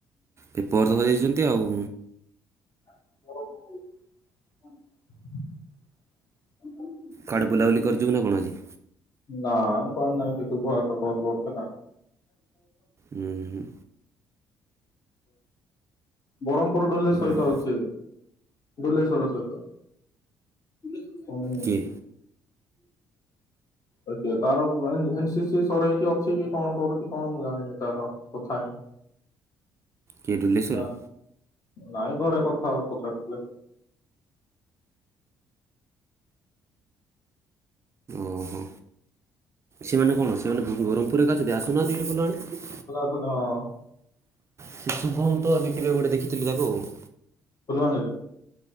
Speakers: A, on the right (about 30°); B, on the left (about 40°).
A: ଦୀପକର ଦେଇଛନ୍ତି ଆଉ।
B: <inaudible>
A: କୁଆଡେ ବୁଲାବୁଲି କରିିଯିବୁ ନା କଣ ଆଜି।
B: ନାଇଁ କୁଆଡେ ନାଇଁ ସେଇ ତ ଘରେ ତ କଲ୍ କରିଥିଲା।
A: ହୁଁ ହୁଁ।
B: ବରମ୍ ପୁର ଡଲେ ସହିତ
A: ହୁଁ
B: ଅଛି। ଡୁଲେଶର ସହିତ। <inaudible>
A: କିଏ
B: ଆ ତାର ପ୍ଲାଇନ ଏନ ସି ସି ସରଇକି ଅଛି କି କଣ କରୁଛି କଣ ମୁଁ ଜାଣିନି ତାର। କଥା ହେଇନି।
A: କେ ଡୁଲେଶୁର।
B: ନା ନାଇଁ ଘରେ କଥା ହଉ ପଚାରୁଥିଲେ।
A: ଓହୋ ସେମାନେ କଣ ସେମାନେ ବ ବରମ୍ ପୁର ରେ ଏକା ଅଛନ୍ତି ଆସୁନାହାନ୍ତି ହାରି ଫୁଲଆଣି।
B: ତୁ ଧ।
A: ସେ ଶୁଭମ ତ ଏବେ କିରେ ଗୋଟେ ଦେଖିଥିଲୁ ତାକୁ ଆଉ।
B: ଫୁଲବାଣିରେ।